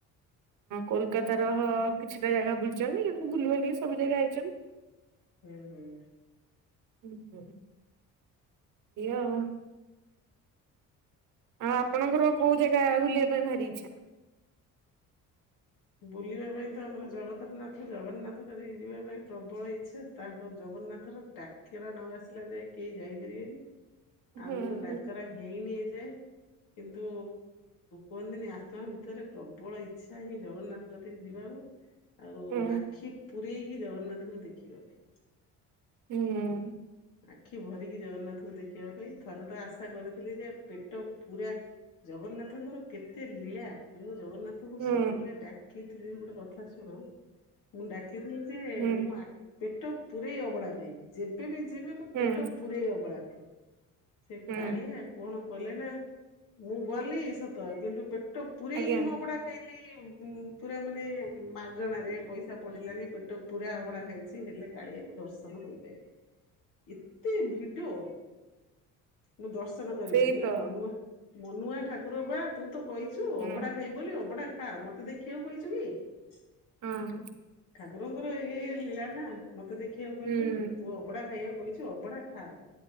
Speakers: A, on the right; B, on the left.
A: କୋଲକତାର କିଛିଟା ଜାଗା ବୁଲିଚନ୍ତି, କିନ୍ତୁ ବୁଲିବାଲିକି ସବୁ ଜାଗା ଆଇଚନ୍ତି।
B: ହୁଁ ହୁଁ।
A: <unintelligible> ଆଉ ଆପଣଙ୍କର କୋଉ ଜାଗା ବୁଲିବା ପାଇଁ ଭାରି ଇଛା?
B: ବୁଲିବା ପାଇଁ ତ ଆମର ଜଗତରନାଥ ଜଗନ୍ନାଥ କତିକି ଯିବା ପାଇଁ ପ୍ରବଳ ଇଛା, ତାଙ୍କ ଜଗନ୍ନାଥ ର ଡାକରା ନ ଆସିଲା ଯାଏ କେହି ଯାଇପାରିବେନି,
A: ହୁଁ
B: ଆଉ ମୁଁ ତ ଡାକରା ହେଇନି ଏ ଯାଏ। କିନ୍ତୁ କୁହନ୍ତିନି, ଆତ୍ମା ଭିତରେ ପ୍ରବଳ ଇଛା ହିଁ ଜଗନ୍ନାଥ କତିକି ଯିବାକୁ, ଆଉ
A: ହୁଁ
B: ଆଖି ପୂରେଇକି ଜଗନ୍ନାଥଙ୍କୁ ଦେଖିବା ପାଇଁ।
A: ହୁଁ ଉଁ।
B: ଆଖି ଭରିକି ଜଗନ୍ନାଥଙ୍କୁ ଦେଖିବା ପାଇଁ, ଥରେ ତ ଆଶା କରିଥିଲି ଯେ, ପେଟ ପୁରା ଜଗନ୍ନାଥଙ୍କର କେତେ ଲୀଳା, ମୁଁ ଜଗନ୍ନାଥ ତ, ମୁଁ
A: ହୁଁ
B: ସବୁବେଳେ ଡାକିଥିଲି ଗୋଟେ କଥା ଶୁଣ, ମୁଁ ଡାକିଥିଲି ଯେ,
A: ହୁଁ
B: ମୁଁ ଆ ପେଟ ପୂରେଇ ଅବଡା ଖାଇବି, ଯେବେ ବି ଯିବି ମୁଁ,
A: ହୁଁ
B: ପେଟ ପୁରେଇ ଅବଡା ଖାଇବି। ସେ
A: ହୁଁ
B: କାଳିଆ କଣ କଲେ ନା, ମୁଁ ଗଲି ସତ, କିନ୍ତୁ ପେ ପେଟ ପୁରେଇକି
A: ଆଜ୍ଞା
B: ମୁଁ ଅବଡା ଖାଇ ମୁଁ କହିଲି, ପୁରା ମାନେ, ମାଗଣାରେ ପଇସା ପଡ଼ିଲାନି, ପେଟ ପୁରା ଅଭଡ଼ା ଖାଇଛି, ହେଲେ କାଳିଆକୁ ଦର୍ଶନ କରିପାରିବି, ଏତେ ଭିଡ ମୁଁ ଦର୍ଶନ କରିପାରିଲି,
A: ସେଇ ତ
B: ମନୁଆ, ମନୁଆ ଠାକୁର ପା। ତୁ ତ କଇଚୁ,
A: ହୁଁ
B: ଅବଡା ଖାଇବୁ ବୋଲି, ଅବଡା ଖା, ମତେ ଦେଖିବାକୁ କହିଚୁ କି?
A: ହଁ ଅଁ।
B: ଠାକୁରଙ୍କର ଇଏ ଲୀଳା ନା, ମତେ ଦେଖିବାକୁ
A: ହୁଁ
B: କଇଚୁ କି? <unintelligible> ଅବଡା ଖାଇବାକୁ କହିଚୁ, ଅବଡା ଖା,